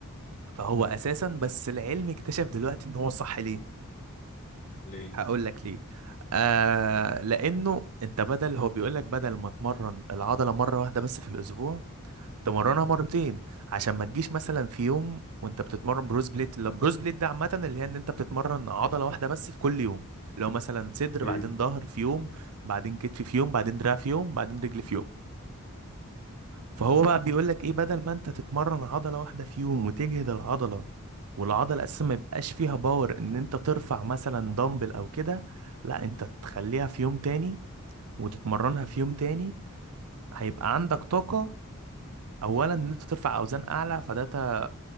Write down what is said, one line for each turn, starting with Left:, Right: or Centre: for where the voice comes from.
Right: فهو
Left: مم.
Right: اساسا بس العلم اكتشف دلوقتي ان هو صح ليه
Left: ليه
Right: هقول لك ليه آه لانه انت بدل هو بيقول لك بدل ما تمرن العضله مره واحده بس في الاسبوع تمرنها مرتين عشان ما تجيش مثلا في يوم وانت بتتمرن بروز بليت لا بروز بليت ده عامه اللي هي ان انت بتتمرن عضله واحده بس في كل يوم لو مثلا صدر
Left: مم.
Right: بعدين ظهر في يوم بعدين كتف في يوم بعدين دراع في يوم بعدين رجل في يوم فهو بقى بيقول لك ايه بدل ما انت تتمرن عضله واحده في يوم وتجهد العضله والعضله اساسا ما يبقاش فيها باور ان انت ترفع مثلا دمبل او كده لا انت تخليها في يوم تاني وتتمرنها في يوم تاني هيبقى عندك طاقه اولا ان انت ترفع اوزان اعلى فده ت-